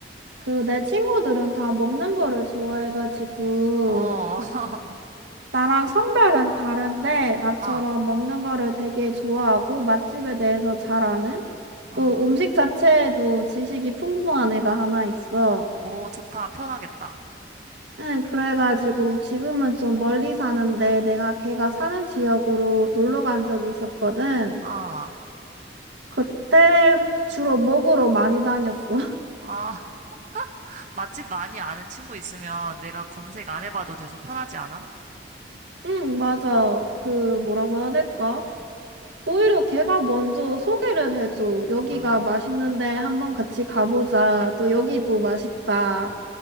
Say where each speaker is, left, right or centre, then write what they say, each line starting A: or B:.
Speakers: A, on the right; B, on the right.
A: 그, 내 친구들은 다 먹는 거를 좋아해가지고,
B: 어, <laughs>
A: 나랑 성별은 다른데, 나처럼
B: 아,
A: 먹는 거를 되게 좋아하고, 맛집에 대해서 잘 아는,
B: 아,
A: 또 음식 자체에도 지식이 풍부한 애가 하나 있어.
B: 오, 좋다. 편하겠다.
A: 응, 그래가지고, 지금은 좀 멀리 사는데, 내가 걔가 사는 지역으로 놀러 간 적이 있었거든.
B: 아,
A: 그때 주로 먹으러 많이 다녔어.
B: 아, <laughs> 맛집 많이 아는 친구 있으면 내가 검색 안 해봐도 돼서 편하지 않아?
A: 응, 맞아. 그, 뭐라고 해야 될까? 오히려 걔가 먼저 소개를 해줘. 여기가
B: 아,
A: 맛있는데 한번 같이 가보자. 또 여기도 맛있다.